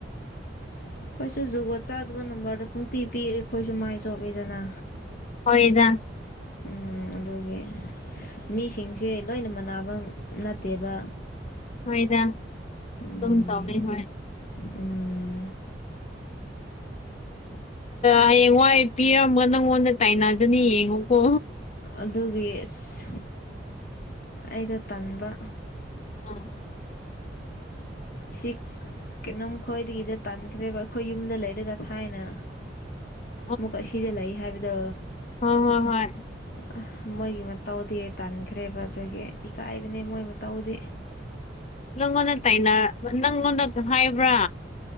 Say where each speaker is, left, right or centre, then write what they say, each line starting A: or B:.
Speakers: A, on the left; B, on the left.
A: ꯑꯩꯈꯣꯏꯁꯨ ꯖꯨꯕꯣꯠ ꯆꯥꯗꯕ ꯅꯝꯕꯔꯗ ꯄꯨꯡ ꯄꯤ ꯄꯤꯔꯤ ꯑꯩꯈꯣꯏꯁꯨ ꯃꯥꯏ ꯆꯣꯞꯂꯤꯗꯅ
B: ꯍꯣꯏꯗ
A: ꯎꯝ ꯑꯗꯨꯒꯤ ꯃꯤꯁꯤꯡꯁꯦ ꯂꯣꯏꯅ ꯃꯅꯥꯕꯪ ꯅꯠꯇꯦꯕ
B: ꯍꯣꯏꯗ
A: ꯎꯝ
B: ꯑꯗꯨꯝ ꯇꯧꯔꯦ ꯍꯣꯏ
A: ꯎꯝ
B: ꯍꯌꯦꯡꯋꯥꯏ ꯄꯤꯔꯝꯒ ꯅꯪꯉꯣꯟꯗ ꯇꯥꯏꯅꯖꯅꯤ ꯌꯦꯡꯉꯣꯀꯣ
A: ꯑꯗꯨꯒꯤ ꯑꯁ ꯑꯩꯗꯣ ꯇꯟꯕꯥ
B: ꯎꯝ
A: ꯁꯤ ꯀꯩꯅꯣꯝ ꯈꯣꯏꯗꯒꯤꯗ ꯇꯥꯟꯈ꯭ꯔꯦꯕ ꯑꯩꯈꯣꯏ ꯌꯨꯝꯗ ꯂꯩꯔꯒ ꯊꯥꯏꯅ
B: <inaudible>
A: ꯑꯃꯨꯛꯀꯥ ꯑꯁꯤꯗ ꯂꯩ ꯍꯥꯏꯕꯗꯣ
B: ꯍꯣꯏ ꯍꯣꯏ ꯍꯣꯏ
A: ꯑꯥ ꯃꯣꯏꯒꯤ ꯃꯇꯧꯗꯤ ꯇꯥꯟꯈ꯭ꯔꯦꯕ ꯑꯗꯨꯒꯤ ꯏꯀꯥꯏꯕꯅꯦ ꯃꯣꯏ ꯃꯇꯧꯗꯤ
B: ꯅꯪꯉꯣꯟꯗ ꯇꯥꯏꯅ ꯅꯪꯉꯣꯟꯗ ꯍꯥꯏꯕ꯭ꯔꯥ